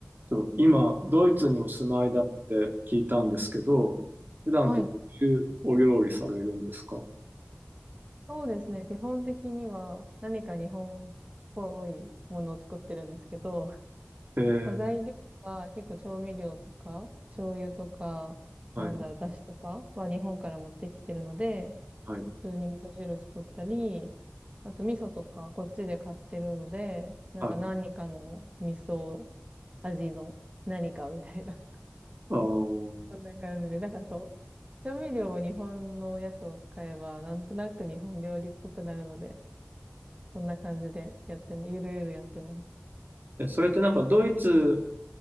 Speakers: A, on the right (about 50°); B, on the right (about 30°).
A: と今、ドイツにお住まいだって聞いたんですけど、
B: うん
A: 普段ってどういうお料理されるんですか
B: はい。そうですね。基本的には何か日本っぽいものを作ってるんですけど、
A: えー、
B: まあ、材料は結構調味料とか、醤油とか、
A: はい、
B: なんだろう、だしとかは日本から持ってきてるので、
A: はい、
B: 普通に味噌汁作ったり、あと味噌とかこっちで買ってるので、なんか何かの味噌
A: はい。
B: 味の何かみたいな、<laughs>
A: あー、
B: そんな感じで、なんかそう、調味料を日本のやつを使えば、なんとなく日本料理っぽくなるので、そんな感じでやっても、ゆるゆるやってます。
A: え、それってなんかドイツ